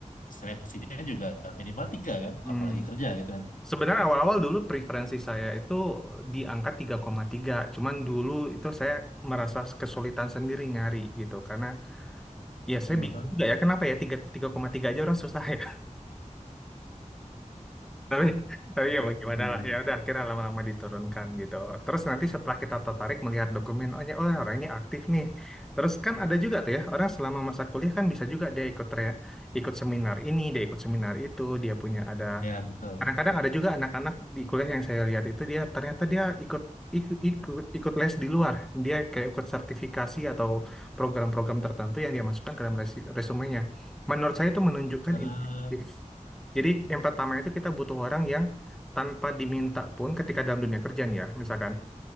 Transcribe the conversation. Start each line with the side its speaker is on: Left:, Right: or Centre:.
Left: seleksinya juga minimal tiga kan,
Centre: Hmm.
Left: apalagi kerja gitu kan.
Centre: Sebenarnya awal-awal dulu preferensi saya itu di angka tiga. koma tiga. Cuman dulu itu saya merasa kesulitan sendiri nyari gitu. Karena ya saya
Left: Aha.
Centre: bingung juga ya, kenapa ya 3, 3,3 aja orang susah ya. tapi tapi ya
Left: Iya,
Centre: bagaimana
Left: iya.
Centre: lah
Left: iya.
Centre: ya udah akhirnya lama-lama diturunkan gitu terus nanti setelah kita tertarik melihat dokumen oh ya oh, orangnya aktif nih terus kan ada juga tuh ya orang selama masa kuliah kan bisa juga dia ikut re- ikut seminar ini dia ikut seminar itu dia punya ada
Left: Ya betul.
Centre: Kadang-kadang ada juga anak-anak di kuliah yang saya lihat itu dia ternyata dia ikut ikut ikut, ikut les di luar. Dia kayak ikut sertifikasi atau program-program tertentu yang dia masukkan ke dalam resi- resumenya. Menurut saya itu menunjukkan
Left: eh
Centre: inisiatif. Jadi yang pertama itu kita butuh orang yang tanpa diminta pun ketika dalam dunia kerja nih ya, misalkan